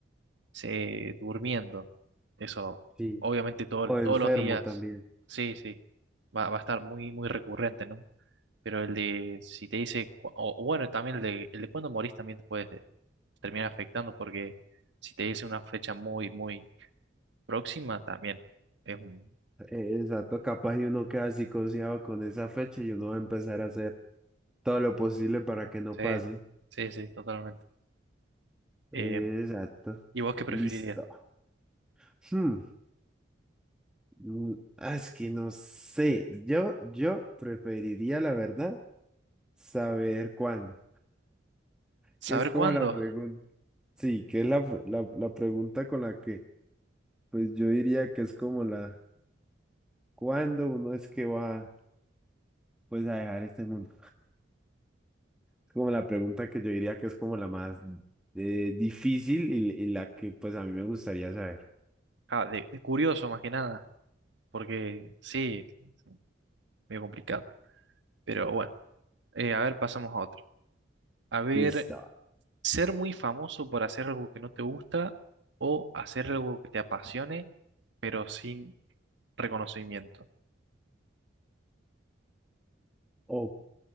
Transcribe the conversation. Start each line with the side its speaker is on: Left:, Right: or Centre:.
Right: se- durmiendo. Eso,
Centre: sí.
Right: obviamente todo-
Centre: O
Right: todos
Centre: enfermo
Right: los días,
Centre: también.
Right: sí, sí, va, va a estar muy, muy recurrente, ¿no? Pero el de, si te dice, cu- o o bueno, también el de, el de cuándo morís también te puedes de- terminar afectando porque si te dice una fecha muy, muy próxima, también es un...
Centre: Eh, Exacto, capaz y uno queda psicoseado con esa fecha y uno va a empezar a hacer todo lo posible para que no
Right: Sí,
Centre: pase.
Right: sí, sí, totalmente.
Centre: Eh,
Right: Eh,
Centre: Exacto.
Right: ¿y vos qué preferirías?
Centre: Listo. Hmm, mm, ah, Es que no sé. Yo, yo preferiría, la verdad, saber cuándo.
Right: ¿Saber
Centre: que es como
Right: cuándo?
Centre: la pregunta. Sí, que es la, la, la pregunta con la que, pues yo diría que es como la, ¿cuándo uno es que va, pues, a dejar este mundo? Es como la pregunta que yo diría que es como la más eh, difícil y, y la que, pues, a mí me gustaría saber.
Right: Ah, de, de curioso más que nada, porque sí, es medio complicado. Pero bueno, Eh, a ver, pasamos a otro. A ver,
Centre: Listo.
Right: ser muy famoso por hacer algo que no te gusta o hacer algo que te apasione, pero sin reconocimiento.
Centre: Ok.